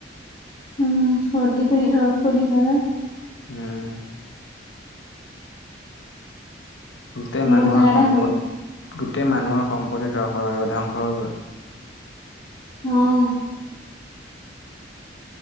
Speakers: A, on the left; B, on the left.
A: উম ৰ'দ ৰ'দটো দিছে যে।
B: উম'। গোটেই
A: বহুত
B: মানুহৰ
A: জেগাতে
B: সম্পত
A: হ'ল
B: গোটেই মানুহৰ সম্পত্তি ধ্বংস ধ্বংস হৈ গ'ল।
A: অ'।